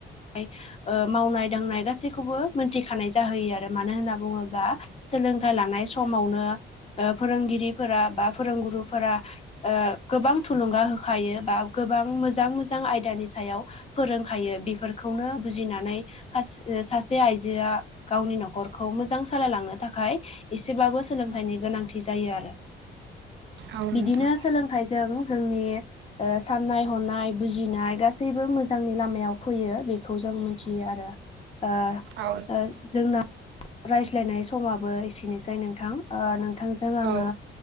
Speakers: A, on the left; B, on the right.
A: <inaudible> ओ मावनाय दांनाय गासैखौबो मोनथिखानाय जाहोयो आरो मानो होनना बुङोब्ला सोलोंथाइ लानाय समावनो ओ फोरोंगिरिफोरा बा फोरोंगुरुफोरा ओ गोबां थुलुंगा होखायो बा गोबां मोजां मोजां आयदानि सायाव फोरोंखायो बेफोरखौनो बुजिनानै सा-सासे आइजोआ गावनि न'खरखौ मोजां सालायलांनो थाखाय एसेबाबो सोलोंथाइनि गोनांथि जायो आरो
B: औ नोंथां
A: बिदिनो सोलों थायजों जोंनि ओ सनाय हनाय बुजिनाय गासैबो मो जांनि लामायाव फैयो बेखौ जों मिथियो आरो ओ
B: औ नोंथां
A: ओ जोंना रायज्लायनाय समाबो एसेनोसै नोंथां ओ नोंथांजों आङो
B: औ